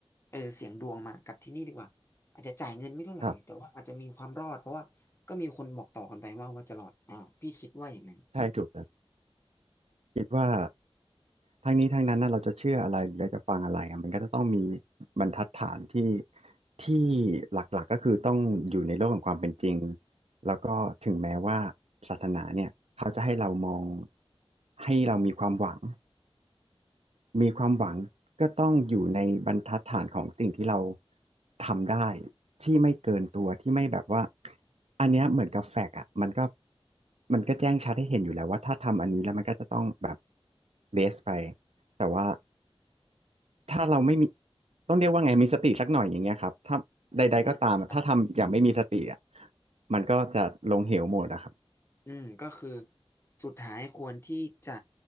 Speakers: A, on the left; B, on the right.
A: เออเสี่ยงดวงมากับที่นี่ดีกว่าอาจจะจ่ายเงินไม่เท่าไหร่แต่ว่าอาจจะมีความรอดเพราะว่าก็มีคนบอกต่อกันไปว่าว่าจะรอดอ่าพี่คิดว่าอย่างนั้น
B: ครับ ใช่ถูกแต่คิดว่าทั้งนี้ทั้งนั้นนะเราจะเชื่ออะไรหรือเราจะฟังอะไรอะมันก็จะต้องมีบรรทัดฐานที่ที่หลักๆก็คือต้องอยู่ในโลกของความเป็นจริงแล้วก็ถึงแม้ว่าศาสนาเนี่ยเขาจะให้เรามองให้เรามีความหวัง มีความหวังก็ต้องอยู่ในบรรทัดฐานของสิ่งที่เราทำได้ที่ไม่เกินตัวที่ไม่แบบว่าอันเนี้ยเหมือนกับแฟกอะมันก็มันก็แจ้งชัดให้เห็นอยู่แล้วว่าถ้าทำอันนี้แล้วมันก็จะต้องแบบเบสไปแต่ว่าถ้าเราไม่มีต้องเรียกว่าไงมีสติสักหน่อยอย่างเงี้ยครับถ้าใดๆก็ตามอะถ้าทำอย่างไม่มีสติอะ
A: อืมอืมครับ
B: มันก็จะลงเหวหมดอะครับ
A: อืมก็คือสุดท้ายควรที่จะ